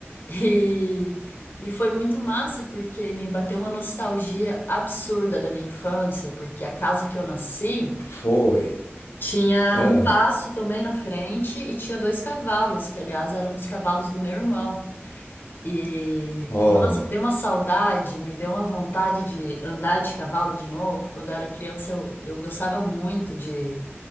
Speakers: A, on the left; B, on the left.
A: E, e foi muito massa porque me bateu uma nostalgia absurda da minha infância, porque a casa que eu nasci
B: foi.
A: tinha
B: Ah,
A: um passo também na frente e tinha dois cavalos, que aliás eram os cavalos do meu irmão. E
B: oh,
A: nossa, me deu uma saudade, me deu uma vontade de andar de cavalo de novo. Quando eu era criança, eu, eu gostava muito de,